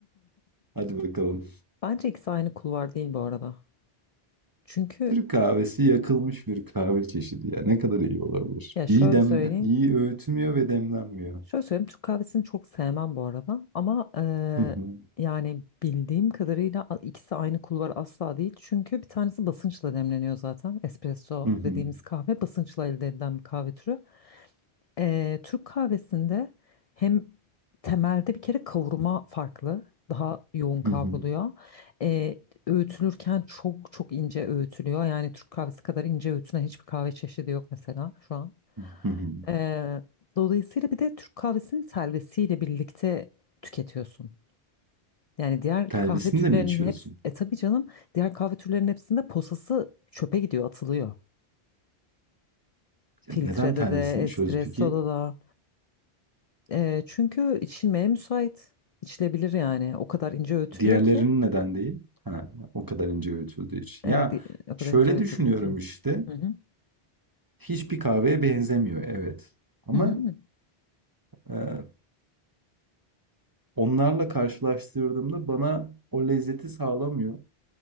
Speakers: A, on the right; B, on the left.
A: Hadi bakalım.
B: Bence ikisi aynı kulvar değil bu arada. Çünkü
A: Türk kahvesi yakılmış bir kahve çeşidi ya. Ne kadar iyi olabilir?
B: ya şöyle
A: İyi dem
B: söyleyeyim.
A: iyi öğütülmüyor ve demlenmiyor.
B: Şöyle söyleyeyim, Türk kahvesini çok sevmem bu arada ama eee,
A: Hı hı.
B: yani bildiğim kadarıyla a- ikisi aynı kulvar asla değil. Çünkü bir tanesi basınçla demleniyor zaten. Espresso
A: Hı hı.
B: dediğimiz kahve basınçla elde edilen bir kahve türü. Eee, Türk kahvesinde hem temelde bir kere kavurma farklı. Daha yoğun kavruluyor.
A: Hı hı.
B: Eee, öğütülürken çok çok ince öğütülüyor. Yani Türk kahvesi kadar ince öğütülen hiçbir kahve çeşidi yok mesela şu an.
A: Hı hı.
B: Ee, dolayısıyla bir de Türk kahvesinin telvesiyle birlikte tüketiyorsun. Yani diğer
A: Telvesini
B: kahve türlerinin
A: de mi içiyorsun?
B: hepsi, e tabii canım diğer kahve türlerinin hepsinde posası çöpe gidiyor, atılıyor.
A: Ya
B: Filtrede
A: Neden telvesini
B: de,
A: içiyoruz
B: espressoda
A: peki?
B: da. Ee, çünkü içilmeye müsait. İçilebilir yani. O kadar ince öğütülüyor
A: Diğerlerinin
B: ki.
A: neden değil? Ha, o kadar ince öğütüldüğü için.
B: Evet,
A: Ya
B: i- o kadar
A: şöyle
B: ince öğütüldüğü
A: düşünüyorum
B: için.
A: işte.
B: Hı hı.
A: Hiçbir kahveye benzemiyor evet. Ama
B: Hı hı.
A: e, onlarla karşılaştırdığımda bana o lezzeti sağlamıyor.